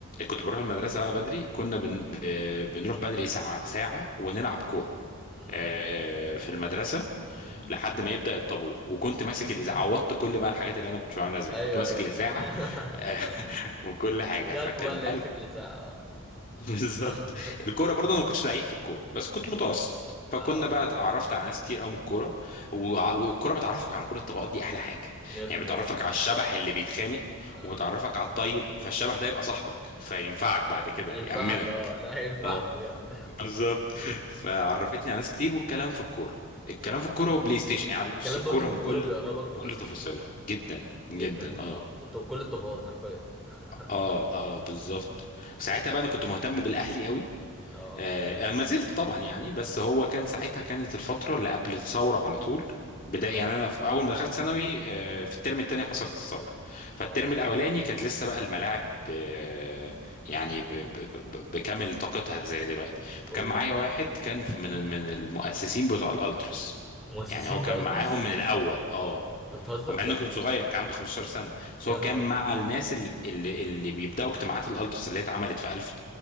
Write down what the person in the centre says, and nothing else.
امم
امم
<clears throat>
ايوه
ايوه
ايوه <laughs>
جالكوا
بقى اللي
يمسك الإذاعة
اه
<laughs>
اه
100%
اه
اه
أيوة.
ينفعك
اه لا ينفعك
بجد
<laughs>
اه
الكلام
برضو في
الكورة
بيقربك من
ناس
كتير برضو
جدا
اه وانت بكل الطبقات حرفيا <laughs>
أوه.
اه
اه
اه
اه
مؤسسين
الالترس
انت بتهزر
بجد
يا
نهار
ابيض